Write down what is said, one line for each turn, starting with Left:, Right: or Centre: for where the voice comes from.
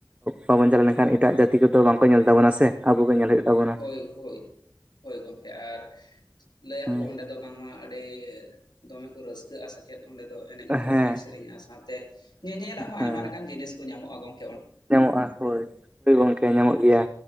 Right: ᱵᱟᱵᱚᱱ ᱪᱟᱞᱟᱣ ᱞᱮᱱᱠᱷᱟᱱ ᱮᱴᱟᱜ ᱡᱟᱹᱛᱤ ᱠᱚᱫᱚ ᱵᱟᱝᱠᱚ ᱧᱮᱞ ᱛᱟᱵᱚᱱᱟ ᱥᱮᱼᱼ ᱟᱵᱚ ᱜᱮ ᱧᱮᱞ ᱦᱩᱭᱩᱜ ᱛᱟᱚᱱᱟ᱾
Left: ᱦᱳᱭ ᱦᱳᱭ ᱦᱳᱭ ᱜᱚᱢᱠᱮ ᱟᱨ ᱞᱟᱹᱭᱟᱠᱚ
Right: ᱦᱮᱸ
Left: ᱚᱸᱰᱮᱼᱼ ᱫᱚ ᱵᱟᱝᱢᱟ ᱟᱹᱰᱤ ᱫᱚᱢᱮ ᱠᱚ ᱨᱟᱹᱥᱠᱟᱹᱜᱼᱟ ᱥᱮᱼᱼ ᱪᱮᱫ ᱚᱸᱰᱮ ᱫᱚ ᱮᱱᱮᱡ ᱦᱚᱸᱠᱚ
Right: ᱦᱮᱸ
Left: ᱮᱱᱮᱡ ᱥᱮᱨᱮᱧᱟ ᱥᱟᱶᱛᱮ ᱧᱮᱧᱮᱞᱟᱜ ᱦᱚᱸ
Right: ᱦᱮᱸ
Left: ᱟᱭᱢᱟ ᱞᱮᱠᱟᱱ ᱡᱤᱱᱤᱥ ᱠᱚ ᱧᱟᱢᱚᱜᱼᱟ ᱜᱚᱝᱠᱮᱼᱼ
Right: ᱧᱟᱢᱚᱜᱼᱟ ᱦᱳᱭ ᱦᱚ ᱜᱚᱢᱠᱮ ᱧᱟᱢᱚᱜ ᱜᱮᱭᱟ